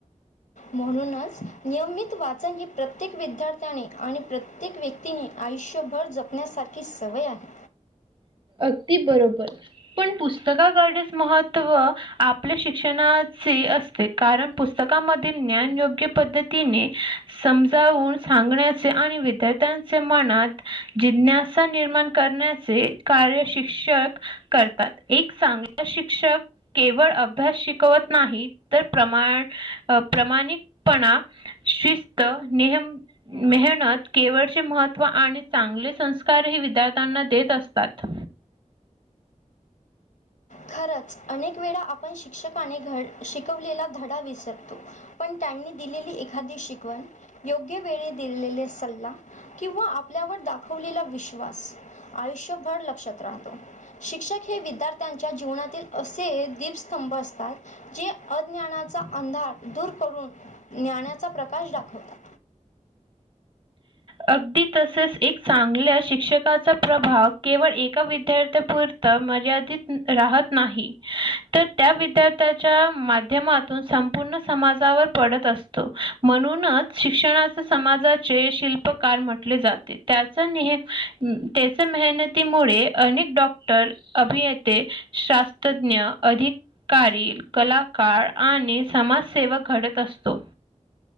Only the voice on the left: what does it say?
म्हण निम वाच प्रत्येक विदर्थ त्याने आणि प्रत्येक व्यक्तीने आयुष्यभर जपण्यासारखी सवय आहे
खरंच अनेक वेळा आपण शिक्षकाने घड शिकवलेला धडा विसरतो पण त्यांनी दिलेली एखादी शिकवण योग्य वेळे दिलेले सल्ला किंवा आपल्यावर दाखवलेला विश्वास आयुष्यभर लक्षात राहतो शिक्षक हे विद्यार्थ्यांच्या जीवनातील असे दीपस्तंभ असतात जे अज्ञानाचा अंधार दूर करून ज्ञानाचा प्रकाश दाखवतात